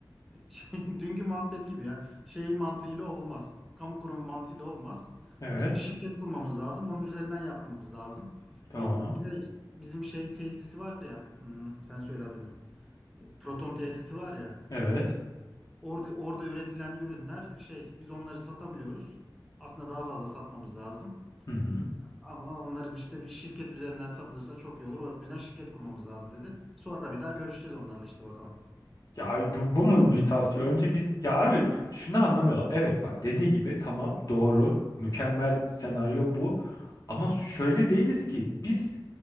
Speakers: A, in the centre; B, on the left.
A: <laughs> şey, dünkü muhabbet gibi ya şey mantığıyla olmaz. Kamu kurumu mantığıyla olmaz.
B: Evet.
A: Biz bir şirket kurmamız lazım. Onun üzerinden yapmamız lazım.
B: Tamam.
A: O bir de bizim şey tesisi var ya hmm, sen söyle adını. Proton tesisi var ya
B: Evet.
A: orada orada üretilen ürünler şey biz onları satamıyoruz. Aslında daha fazla satmamız lazım.
B: Hı hı.
A: Ama onların işte bir şirket üzerinden satılırsa çok iyi olur. O yüzden şirket kurmamız lazım dedi. Sonra bir daha görüşeceğiz onlarla işte bakalım.
B: Ya ay, bu, bu muymuş tavsiye? Önce biz ya abi şunu anlamıyorlar. Evet bak dediği gibi tamam doğru mükemmel senaryo bu. Ama şöyle değiliz ki biz